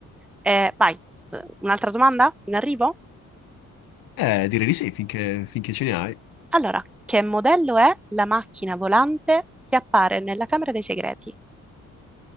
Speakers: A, in the centre; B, on the left (about 75°).
A: Eh, vai, eh, un'altra domanda in arrivo?
B: Eh, direi di sì, finché, finché ce ne hai.
A: Allora, che modello è la macchina volante che appare nella Camera dei Segreti?